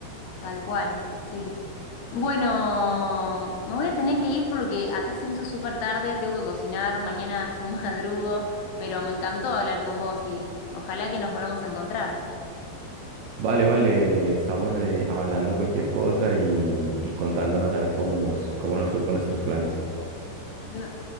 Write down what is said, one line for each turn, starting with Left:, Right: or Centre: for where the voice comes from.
Left: Tal cual, sí. Bueno, me voy a tener que ir porque acá se me hizo súper tarde, tengo que cocinar, mañana yo <laughs> madrugo, pero me encantó hablar con vos y ojalá que nos volvamos a encontrar.
Right: Vale, vale, estamos eh, hablando cualquier cosa y, y contándonos a ver cómo nos, cómo nos fue con nuestros planes.
Left: No,